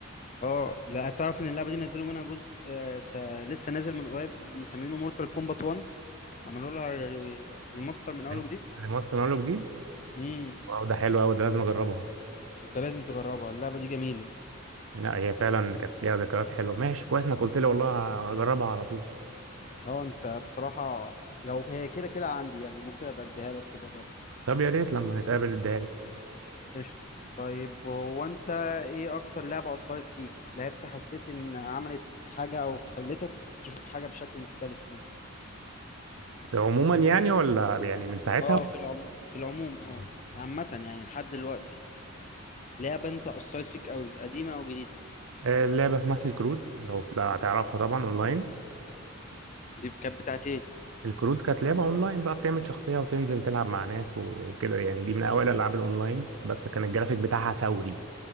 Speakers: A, on the left (about 35°); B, on the right (about 70°).
A: اه لا تعرف ان اللعبه دي نزلوا منها جزء آه س... لسه نازل من قريب مسمينه مورتال كومبات 1 عملوا لها ري- ريماستر من اول
B: فاهم؟
A: وجديد
B: ريماستر نقول دي
A: امم
B: واو ده حلو قوي ده لازم اجربها
A: انت لازم تجربها اللعبه دي جميله
B: لا هي فعلا كانت ليها ذكريات حلوه ماشي كويس انك قلت لي والله اجربها على طول
A: اه انت بصراحه لو هي كده كده عندي يعني ممكن ابقى اديها لك تجربها
B: طب يا ريت لما نتقابل اديها لي
A: قشطه طيب هو انت ايه اكتر لعبه اثرت فيك لعبت حسيت ان عملت حاجه او خلتك تشوف حاجه بشكل مختلف مثلا
B: عموما يعني ولا يعني من ساعتها
A: اه في العموم في العموم اه عامه يعني لحد دلوقتي لعبه انت اثرت فيك قوي قديمه او جديده
B: آه، لعبه اسمها سلك رود لو لو هتعرفها طبعا اونلاين
A: دي كانت بتاعت ايه
B: الكروت كانت لعبه اونلاين بقى بتعمل شخصيه وتنزل تلعب مع ناس و- وكده يعني دي من اوائل الالعاب الاونلاين بس كان الجرافيك بتاعها ثوري